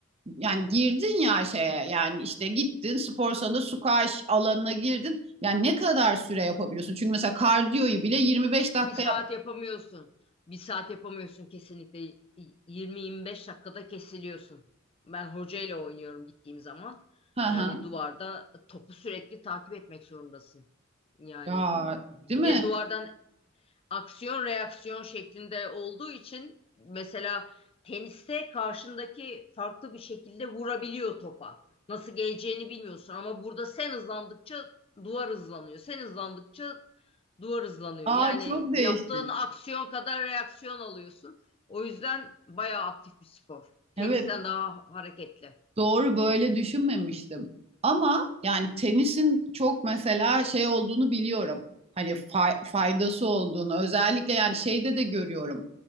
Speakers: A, on the right (about 30°); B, on the left (about 30°).
A: yani girdin ya şeye yani işte gittin spor salonunda squash alanına girdin. Yani ne kadar süre yapabiliyorsun? Çünkü mesela kardiyoyu bile 25 dakika
B: bir saat
A: yap.
B: yapamıyorsun. Bir saat yapamıyorsun kesinlikle. Y- 20-25 dakikada kesiliyorsun. Ben hocayla oynuyorum gittiğim zaman.
A: Hı hı.
B: Yani duvarda topu sürekli takip etmek zorundasın. Yani
A: Ya
B: bir
A: değil mi?
B: de duvardan aksiyon reaksiyon şeklinde olduğu için mesela teniste karşındaki farklı bir şekilde vurabiliyor topa. Nasıl geleceğini bilmiyorsun ama burada sen hızlandıkça duvar hızlanıyor. Sen hızlandıkça duvar hızlanıyor.
A: Aa
B: Yani
A: çok
B: yaptığın
A: değişik.
B: aksiyon kadar reaksiyon alıyorsun. O yüzden bayağı aktif bir spor. Tenisten
A: Evet
B: daha hareketli.
A: Doğru böyle düşünmemiştim. Ama yani tenisin çok mesela şey olduğunu biliyorum. Hani fay- faydası olduğunu özellikle yani şeyde de görüyorum.